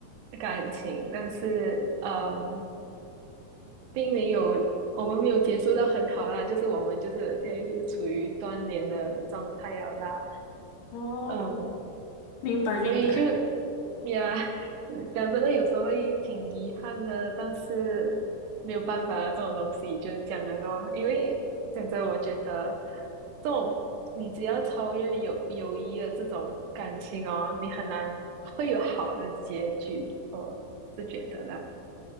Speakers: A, on the right; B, on the left.
A: 感情，但是嗯，并没有我们没有结束到很好啦，就是我们就是现在就是处于断联的状态了啦，
B: 哦，
A: 嗯，
B: 明白明白。
A: 所以就呀，嗯讲真的，有时候会挺遗憾的，但是没有办法啊，这种东西就是这样的咯。因为讲真，我觉得这种你只要超越友友谊的这种感情哦，你很难会有好的结局，我是觉得啦。